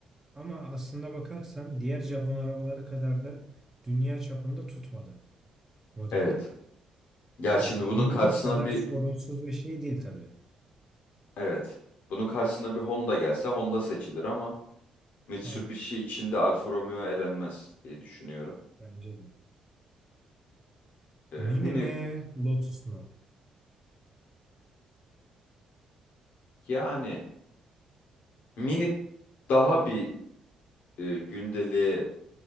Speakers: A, on the right; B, on the left.
A: Ama aslında bakarsan diğer Japon arabaları kadar da dünya çapında tutmadı modelleri.
B: Evet. Ya şimdi
A: Yani onun
B: bunun karşısına
A: kadar
B: bir
A: sorunsuz bir şey değil tabii.
B: evet. Bunun karşısına bir Honda gelse Honda seçilir ama Mitsubishi
A: Aynen
B: içinde Alfa Romeo elenmez diye düşünüyorum.
A: bence de.
B: E,
A: Mini
B: mini
A: mi Lotus mu?
B: yani minik daha bir e, gündeliğe